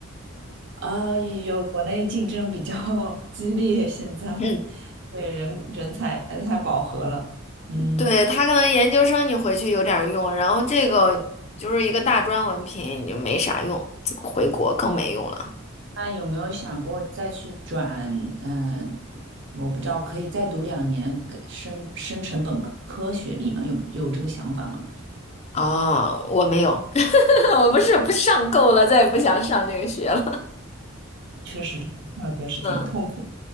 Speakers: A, on the right (about 55°); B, on the left (about 30°).
A: 啊，有国内竞争比较 <laughs> 激烈，现在
B: 嗯，
A: 对人人才太饱和了。嗯，
B: 对，他可能研究生你回去有点儿用，然后这个就是一个大专文凭，你就没啥用，这个回国更没用了。
A: 那有没有想过再去转？嗯、我不知道，可以再读两年，给升升成本科学历吗？有有这个想法吗？
B: 啊。我没有，<laughs> 我不是不上够了，再也不想上这个学了。
A: 确实上学是挺痛苦
B: <laughs> 嗯